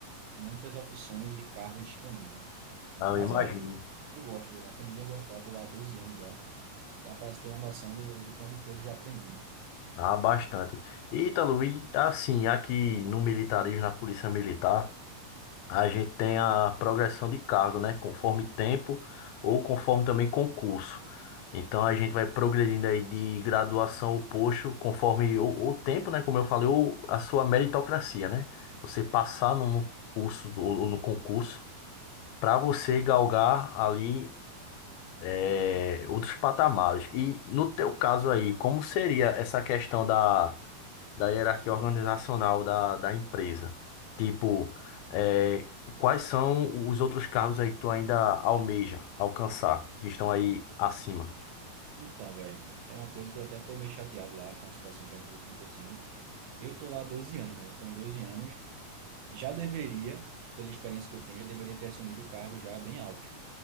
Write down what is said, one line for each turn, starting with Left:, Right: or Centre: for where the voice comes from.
Right: muitas opções de cargo disponível, né?
Left: Ah,
Right: Mas
Left: eu imagino.
Right: é uma área que eu gosto, eu aprendi a gostar, tô lá há 12 anos já. Dá para ter uma noção do, do quanto de coisa eu já aprendi, né?
Left: Ah, bastante. E, Ítalo, e assim, aqui no militarismo, na Polícia Militar, A gente tem a progressão de cargo, né? Conforme tempo ou conforme também concurso. Então a gente vai progredindo aí de graduação ou posto conforme o, o tempo, né? Como eu falei, ou a sua meritocracia, né? Você passar no no curso ou ou no concurso para você galgar ali é, outros patamares. E no teu caso aí, como seria essa questão da, da hierarquia organizacional da, da empresa? Tipo, é, quais são os outros cargos aí que tu ainda almeja alcançar, que estão aí acima?
Right: Então, velho, é uma coisa que eu até tô meio chateado lá com a situação que vem acontecendo. Eu tô lá há 12 anos, né? Então, 12 anos já deveria, pela experiência que eu tenho, já deveria ter assumido o cargo já bem alto.